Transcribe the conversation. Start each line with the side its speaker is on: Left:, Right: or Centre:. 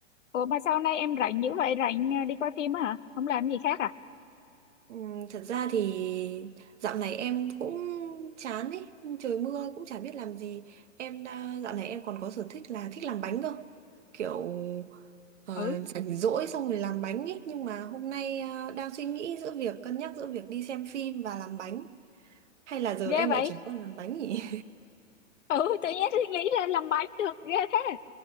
Left: ủa mà sau này em rảnh dữ vậy rảnh ờ, đi coi phim á hả không làm gì khác à
Right: ừm, thật ra thì dạo này em cũng chán ấy, trời mưa cũng chả biết làm gì. Em đã dạo này em còn có sở thích là thích làm bánh cơ. Kiểu ờ,
Left: ừ
Right: rảnh rỗi xong rồi làm bánh ấy, nhưng mà hôm nay ờ, đang suy nghĩ giữa việc cân nhắc giữa việc đi xem phim và làm bánh hay là giờ
Left: ghê
Right: em
Left: vậy
Right: lại chuyển qua làm bánh nhỉ?
Left: ừ tự nhiên suy nghĩ là làm bánh được ghê thế